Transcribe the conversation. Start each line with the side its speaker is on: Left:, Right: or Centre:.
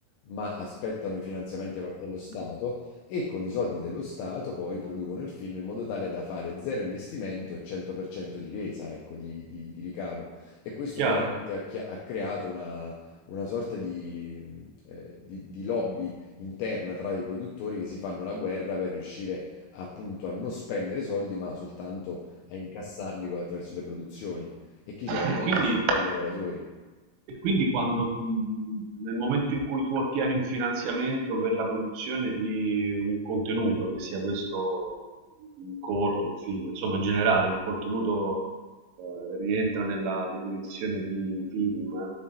Left: ma aspettano i finanziamenti da parte dello Stato e con i soldi dello Stato poi producono il film in modo tale da fare zero investimento e 100% di resa, ecco, di, di- di ricavo. E questo
Right: Chiaro?
Left: chiaramente ha, chi- ha creato una, una sorta di, mh, eh, di- di lobby interna tra i produttori che si fanno la guerra per riuscire appunto a non spendere soldi, ma soltanto a incassarli co- attraverso le produzioni. E chi ci va di
Right: E
Left: mezzo
Right: quindi
Left: sono poi i lavoratori.
Right: E quindi quando, mh, nel momento in cui tu ottieni un finanziamento per la produzione di un contenuto, che sia questo un corto, un film, insomma in generale un contenuto eh, rientra nella definizione di film,